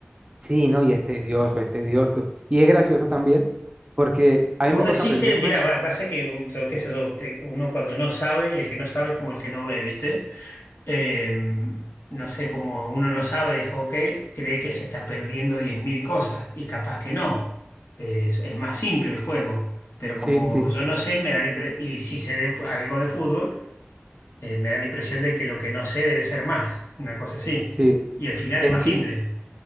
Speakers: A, on the right; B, on the left.
A: Sí, no, y es tedioso, es tedioso. Y es gracioso también, porque a
B: Y
A: mí
B: vos
A: me
B: decís
A: toca aprenderme.
B: que, mirá, va- pasa que yo qué sé yo, te- uno cuando no sabe, el que no sabe es como el que no ve, ¿viste? eh, no sé, como uno no sabe, dijo, ok, cree que se está perdiendo 10.000 cosas y capaz que no. Es, es más simple el juego, pero
A: Sí,
B: como
A: sí, sí.
B: yo no sé, me da la impre- y si sé de fu- algo de fútbol, eh, me da la impresión de que lo que no sé debe ser más, una cosa así.
A: sí.
B: Y al final
A: Es
B: es más
A: que
B: simple.